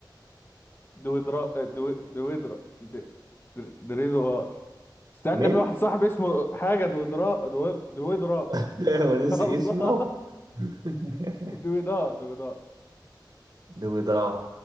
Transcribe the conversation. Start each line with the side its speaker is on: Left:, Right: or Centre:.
Left: دويدرا دو... دويدرا د... در- دريدوار استنى
Right: من
Left: في واحد صاحبي اسمه حاجة دويدرا دو... دويدرار
Right: <laughs> هو نسي
Left: الله
Right: اسمه <laughs>
Left: <laughs> دويدار دويدار
Right: دوي دار